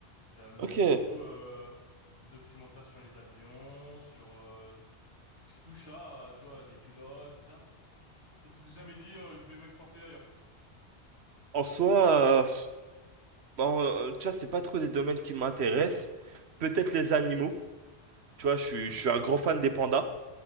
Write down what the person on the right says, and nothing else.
Ok.
En soi, euh, pff, bon, euh, tu vois, c'est pas trop des domaines qui m'intéressent. Peut-être
les animaux. Tu vois, je suis,
je suis un grand fan des pandas,